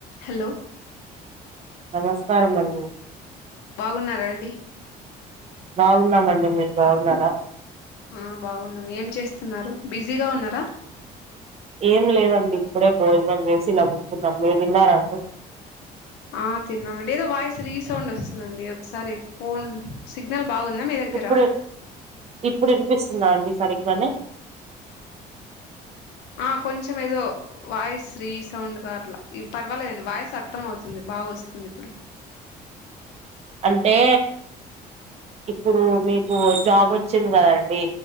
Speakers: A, on the left; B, on the right.
A: Hello
B: నమస్కారం అండి
A: బాగున్నారా అండి
B: బాగున్నామండి మీరు బాగున్నారా
A: ఆ బాగున్నాం ఏం చేస్తున్నారు బిజీగా ఉన్నరా
B: ఏం లేదండి ఇప్పుడే భోజనం చేసి ఇల కూర్చున్నాం మీరు తిన్నారా అండి
A: ఆ తిన్నామండి ఏదో వాయిస్ రీసౌండ్ వస్తుందండి ఒకసారి ఫోన్ సిగ్నల్ బాగుందా మీ దగ్గర
B: ఇప్పుడు ఇప్పుడు వినిపిస్తుందా అండి సరిగ్గానే
A: ఆ కొంచెం ఏదో వాయిస్ రీ సౌండ్ గా అట్లా పర్వాలేదండి వాయిస్ అర్థం అవుతుంది బాగా వస్తుంది ఇప్పుడు
B: అంటే ఇప్పుడు మీకు జాబ్ వచ్చింది కదండి